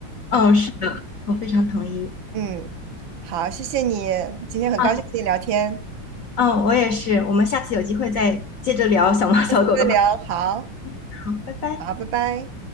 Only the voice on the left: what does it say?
嗯，是的，我非常同意。
啊，嗯，我也是。我们下次有机会再接着聊小猫小狗的话题
好，拜拜。